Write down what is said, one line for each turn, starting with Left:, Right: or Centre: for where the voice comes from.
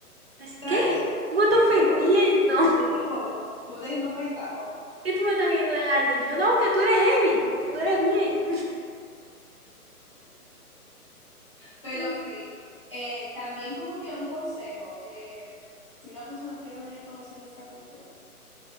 Right: Así,
Left: Te
Right: ¿qué?
Left: voy a decir-
Right: Tú me estás
Left: ay,
Right: ofendiendo.
Left: yo estoy gorda. Yo te voto, tú eres no pesado.
Right: ¿Qué tú me estás queriendo dejar dicho? No, que tú eres heavy, que tú eres bien.
Left: Pero
Right: <laughs>
Left: sí, eh, también como que un consejo, eh, si una persona quiere venir a conocer nuestra cultura,